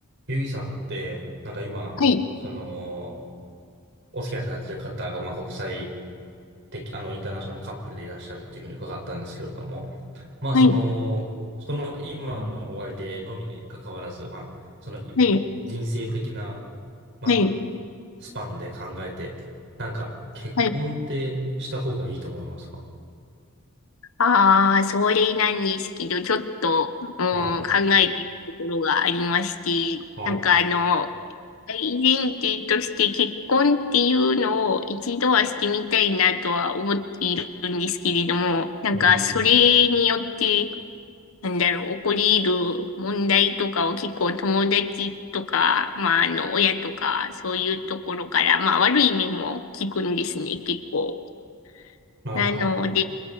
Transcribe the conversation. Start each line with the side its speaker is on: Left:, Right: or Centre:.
Right: ゆいさんって、なんか今、
Left: はい、
Right: その、お付き合いされてる方が、まあ、国際的、あの、インターナショナルカップルでいらっしゃるっていうふうに伺ったんですけれども、まあ、
Left: はい、
Right: その、その今のお相手のみに関わらず、まあ、そのい人生的な、
Left: はい、
Right: まあ、
Left: はい、
Right: スパンで考えて、なんか、結婚ってした方がいいと思いますか
Left: はい。ああ、それなんですけど、ちょっと、うん、
Right: はい、
Left: 考えているところがありまして、
Right: はい、
Left: なんかあの、大前提として結婚っていうのを一度はしてみたいなとは思っているんですけれども、なんかそれによって、
Right: うん、
Left: なんだろう、起こり得る問題とかを結構友達とか、まああの、親とか、そういうところから、まあ悪い面も聞くんですね、結構。
Right: はい、
Left: なので、
Right: はい。